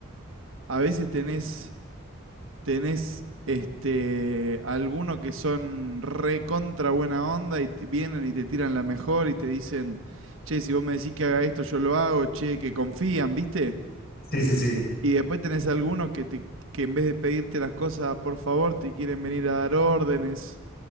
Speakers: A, on the right; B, on the left.
A: A veces tenés tenés este, algunos que son recontra buena onda y te- vienen y te tiran la mejor y te dicen, che, si vos me decís que haga esto, yo lo hago, che, que confían, ¿viste?
B: Sí, sí, sí.
A: Y después tenés algunos que, te, que en vez de pedirte las cosas, por favor, te quieren venir a dar órdenes